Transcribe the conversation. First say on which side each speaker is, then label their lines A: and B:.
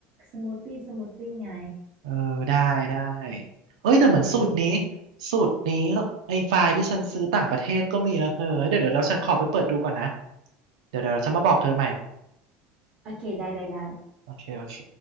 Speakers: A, on the right; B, on the right.
A: สมูทตี้สมูทตี้ไง
B: เออได้ได้ เอ้ยแต่เหมือนสูตรนี้
A: อืม
B: สูตรนี้ไอ้ไฟล์ที่ฉันซื้อต่างประเทศก็มีนะเธอเฮ้ยเดี๋ยวเดี๋ยวเดี๋ยวฉันขอไปเปิดดูก่อนนะเดี๋ยวเดี๋ยวฉันมาบอกเธอใหม่
A: โอเคได้ได้ได้
B: โอเคโอเค